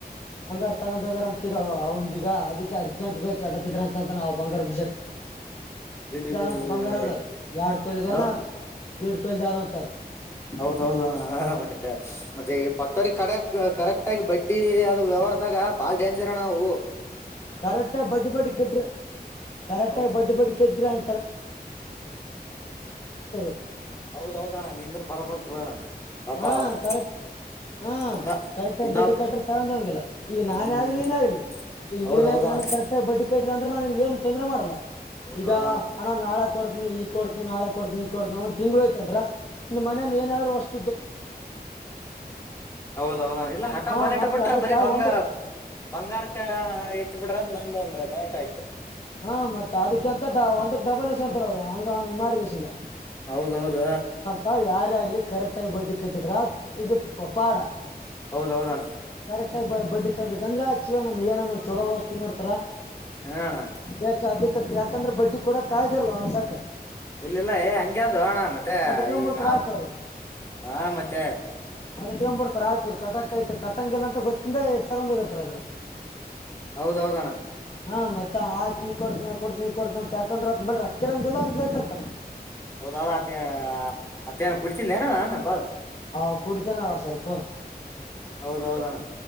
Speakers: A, on the left; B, on the left.
A: ಅತ್ತಗಗಾರ ಅಂತ ಈಗ ಅವಂದ ಈಗ ಅದಕ್ಕೆ ಅರ್ಜೆಂಟ್ ಬೇಕ ಕಟ್ಟತಿದ್ರ ಅಂತ ಅಂತ ನಾವು ಬಂಗಾರ ಬಿಡ್ಸಕ್
B: ಲೇಲೆ
A: ಾದಂತ
B: ಲೇಲೆ
A: ಬಂಗಾರ ಅದ ಎರಡ್ ತೊಳದನ
B: ಹ
A: ದಿಡ್ ತೊಲದ ಆದಂತದ
B: ಹೌದೌದುಣ ಮತ್ತೆ ಮತ್ತೆ ಕೊಟ್ಟರಿ ಕಡಕ್ ಕರೆಕ್ಟ್ ಆಗಿ ಬಟ್ಟಿ ಅದು ವ್ಯವಹಾರದಾಗ ಬಾಳ್ ಡೇಂಜರ್ ನಾವು
A: ಕರೆಕ್ಟ್ಾಗಿ ಬಡ್ ಬಡ್ ಕೆದ್ರ ಕರೆಕ್ಾಗಿ
B: ಹೌದ
A: ಬಡ್ ಬಡ್ ಕೆದ್ರ ಅ <inaudible>
B: ಹೌದ್ ಹೌದು ಅಣ್ಣ ನೀಂದನ್ ಬರಬಾರ್ದ ಬಿಡೋಣ ಪಾಪಾ
A: ಹಾ
B: ಅವರು,
A: ಕರೆಕ್ಟ್ ಹಾ
B: ಇನ್ನ
A: ಕರೆಕ್ಟ್ ಆಾಗಿ
B: ಇನ್ನ
A: ಬಡ್ಡಿ ಕಟ್ಟ್ರ ತಗೊಂಡ ಹಂಗಿಲ್ಲ ಈಗ ನಾನೇ
B: ಹ್ಮ್
A: ಆಗ್ಲಿ ನೀನ್ ಆಗ್ಲಿ, ಈಗ
B: ಹೌದೌದಣ
A: ನೀನ್ ಆಕಿ ನನ್ ಕರೆಕ್ಟಾಗಿ ಬಡ್ಡಿ ಕಟ್ಟ್ದ ಅಂದ್ರೆ ನಾನಗ ಏನ್ ತೊಂದ್ರೆ ಮಾಡಲ್ಲ
B: ಹೌದೌದಣ
A: ಈಗ ಹಣ ನಾಳ ಕೊತನಿ ಈಗ ಕೊಡ್ತನ ನಾಳೆ ಕೊತತ್ನ ಈಗ ಕೊಡ್ತ ಒ್ ತಿ್ಳ ಯ್ತ ಅಂದ್ರ ನಿನ್ ಮನೇ ಏನಾದ್ೂಷ್ಟು
B: ಹೌದೌದ ಎಲ್ಲ ಹಠ
A: ಹಾ
B: ಬಲಟ
A: ಮತ್ತ್
B: ಬಿಟ್ರ
A: ಅದಕ್ಕ
B: ಬರೀ ಬಂಗ,
A: ಒಂದಕ್
B: ಬಂಗಾರಕ ಎತ್ ಬಿಟ್ರಂತ ನಂಗ ಒಂದು ಡೌಟ್ ಆಯ್ತು.
A: ಹಾ ಮತ್ತತ್ ಅದಕಂತ ಒಂದಕ್ ಡಬಲ್ ಎಸ್ ಎಂತರ ಅವರು ಹಂಗ ಹಂಗ್ ಮಾಡಿಗೇಶಿಂದ,
B: ಹೌದೌದ
A: ಹ ಯಾರ ಆಗ್ಲಿ ಕರೆಕ್ಟ್ ಆಗಿ ಬಡ್ಡಿ ಕಟ್ಟಿದ್ರ ಇದು ಪ ಪಾಡ,
B: ಹೌದೌದಣ್ಣ
A: ಕರೆಕ್ಟ್ ಆಗ ಬಡ್ಡಿ ಕಡ್ಲಿಕ್ಕ ಅಂದ್ರೆ ಆಚ್ಚಿವ ನಮ್ ಏನ ಚಲೋ ವಸ್ತ ನೋಡ್ತಾರ,
B: ಹೇಳು ಅಣ್ಣ
A: ಯಾಕ ಅದೇ ಯಾಕಂದ್ರೆ ಬಡ್ಡಿ ಕೊಡಕ್ ಆಗಾಗಿರಲ್ಲ ನ್ಸತ್ಯ
B: ಏ
A: ಅದ್ ಇಟ್ಕೊಂಡ್ಬಿಡ್ತಾರ ಆಯ್ತ್ ಅವ್ರು ಅದು ಕ್ಕೆುಡ್ತ ರಾಯತೂ ಕಟಕ್ ಕಟ್ಟಂಗಿಲ್ಲ ಅಂತ ಗೊತ್ತಿಂದ ತಗೊಂಡ ಹೋಗಿರ್ತಾರ ಅದನ್ನ
B: ಹೌದೌದಣ್ಣ
A: ಹಾ ಮತ್ತತ್ ಆಯ್ತಿ ಈ ಕೊಡ್ತಿ ಆ ಕೊಡ್ತಿ ಈ ಕೊಡ್ತಿ ಅಂತಾಕಂದ್ರತ್ ಬಿ ಅಕ್ಕಿರಂಗಲ್ಲ ಹಂಗ ಹೇತಿತಾ.
B: ಹೌದ ಅದೇ ಅತ್ತೇಏನ ಕುಡ್ತಿದ್ದ ಏನ ನನ್ ಬಾಳ,
A: ಹಾ ಕುಡ್ತೇನ ಅವ ಸ್ವಲ್ಪ
B: ಹೌದೌದಣ್ಣ